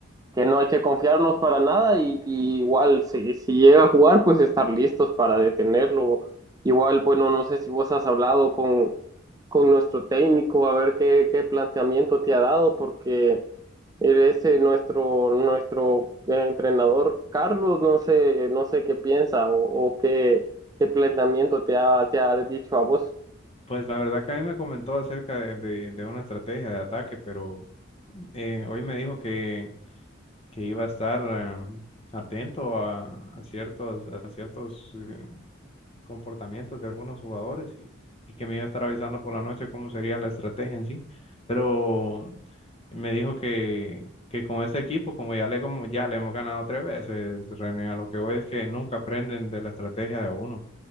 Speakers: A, on the right; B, on the left.
A: que no hay que confiarnos para nada y, y igual si, si llega a jugar, pues estar listos para detenerlo. Igual, bueno, no sé si vos has hablado con, con nuestro técnico a ver qué, qué planteamiento te ha dado, porque él es eh, nuestro, nuestro eh, entrenador Carlos, no sé, no sé qué piensa o, o qué, qué planteamiento te ha, te ha dicho a vos.
B: Pues la verdad que a mí me comentó acerca de, de- de una estrategia de ataque, pero eh, hoy me dijo que que iba a estar eh, atento a, a ciertos, a ciertos eh, comportamientos de algunos jugadores y, y que me iba a estar avisando por la noche cómo sería la estrategia en sí. Pero me dijo que, que con este equipo, como ya le, como ya le hemos ganado tres veces, René, a lo que voy es que nunca aprenden de la estrategia de uno.